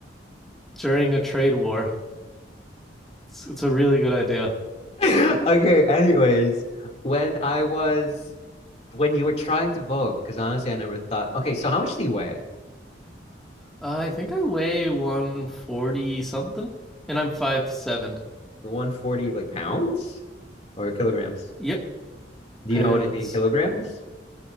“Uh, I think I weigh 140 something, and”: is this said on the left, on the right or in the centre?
Centre